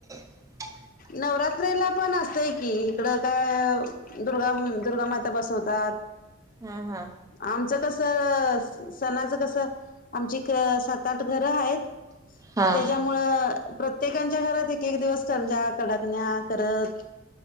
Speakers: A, on the right; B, on the left.
A: <inaudible>
B: नवरात्रीला पण असतय की. इकड काय दुर्गा म दुर्गामाता बसवतात.
A: हा हा
B: आमच कस सणाच कस आमची कसात सात घर आहेत.
A: हा
B: त्याच्याम मुळ प्रत्येकच्या घरात एक एक दिवस करंजा, कडाकण्या करत